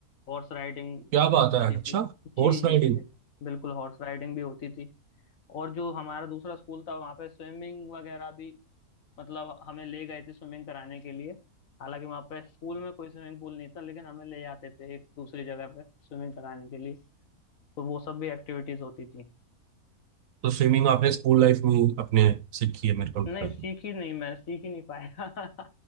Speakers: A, on the left; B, on the right.
A: हॉर्स राइडिंग
B: क्या बात है
A: होती
B: अच्छा
A: थी जी
B: Horse
A: जी
B: riding
A: जी बिल- बिल्कुल हॉर्स राइडिंग भी होती थी और जो हमारा दूसरा स्कूल था वहाँ पे स्विमिंग वगैरह भी मतलब हमें ले गए थे स्विमिंग कराने के लिए हालांकि वहाँ पे स्कूल में कोई स्विमिंग पूल नहीं था लेकिन हमें ले जाते थे एक दूसरी जगह पे स्विमिंग कराने के लिए तो वो सब भी एक्टिविटीज होती थी
B: तो स्विमिंग आपने स्कूल लाइफ में ही अपने सीखी है मेरे को लगता
A: नहीं
B: है
A: सीख ही नहीं मैं सीख ही नहीं पाया <laughs>